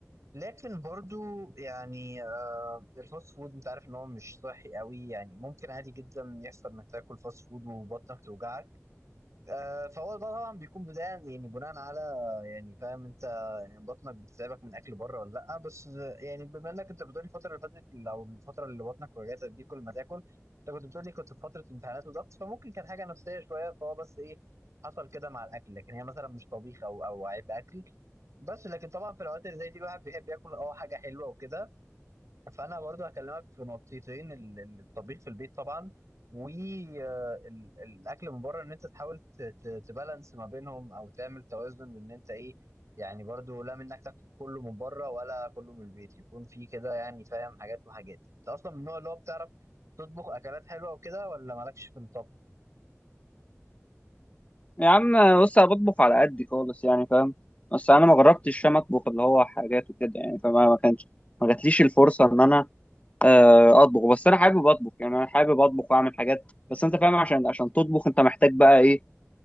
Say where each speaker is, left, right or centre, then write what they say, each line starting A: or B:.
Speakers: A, on the right; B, on the left.
A: لكن برضو يعني آه، الفاست فود انت عارف ان هو مش صحي قوي يعني ممكن عادي جدا يحصل انك تاكل فاست فود وبطنك توجعك آه، فهو ده طبعا بيكون بداية يعني بناء على يعني فاهم انت يعني بطنك بتتعبك من اكل بره ولا لا بس آه، يعني بما انك انت بتقولي الفترة اللي فاتت او الفترة اللي بطنك وجعتك دي كل ما تاكل انت كنت بتقولي كنت في فترة امتحانات وضغط فممكن كانت حاجة نفسية شوية فهو بس ايه حصل كده مع الاكل لكن هي مثلا مش طبيخ او او عيب اكل بس لكن طبعا في الاوقات اللي زي دي الواحد بيحب ياكل اه حاجة حلوة وكده فانا برضو هكلمك في نقطتين ال- ال- الطبيخ في البيت طبعا والاكل من بره ان انت تحاول ت- ت- تبالانس ما بينهم او تعمل توازن بان انت ايه يعني برضو لا منك تاكل كله من بره ولا كله من البيت يكون في كده يعني فاهم حاجات وحاجات انت اصلا من النوع اللي هو بتعرف تطبخ اكلات حلوه وكده ولا مالكش في الطبخ
B: يا عم بص انا بطبخ على قدي خالص يعني فاهم بس انا ما جربتش فاهم اطبخ اللي هو حاجات وكده يعني فما ما كانش ما جاتليش الفرصه ان انا آه، اطبخ بس انا حابب اطبخ يعني انا حابب اطبخ واعمل حاجات بس انت فاهم عشان عشان تطبخ انت محتاج بقى ايه